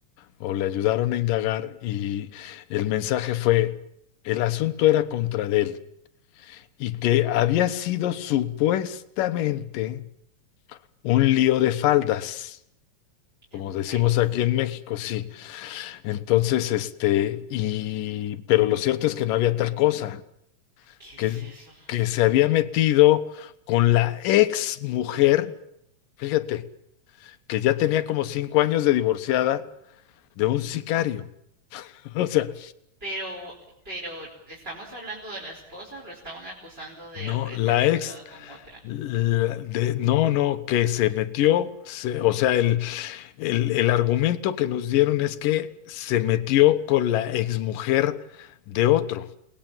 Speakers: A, on the left; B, on the right.
A: o le ayudaron a indagar y el mensaje fue, el asunto era contra de él y que había sido supuestamente un lío de faldas,
B: De
A: como
B: mujeres.
A: decimos aquí en México, sí. Entonces, este, y, pero lo cierto es que no había tal cosa.
B: ¿Qué
A: que,
B: es eso?
A: que se había metido con la ex mujer, fíjate, que ya tenía como cinco años de divorciada de un sicario. <laughs> O sea,
B: Pero, pero, ¿estamos hablando de la esposa o lo estaban acusando de,
A: no,
B: haber-
A: la
B: de haber
A: ex,
B: andado con otra?
A: la- de, no, no, que se metió, se- o sea, el, el, el argumento que nos dieron es que se metió con la ex mujer de otro.